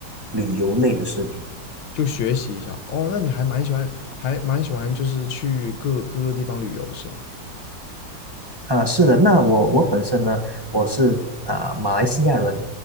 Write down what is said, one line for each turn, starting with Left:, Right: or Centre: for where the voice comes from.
Right: 旅游类的视频。
Left: 就学习一下。哦，那你还蛮喜欢，还蛮喜欢就是去各各个地方旅游是吧？
Right: 啊，是的，那我我本身呢，我是啊马来西亚人，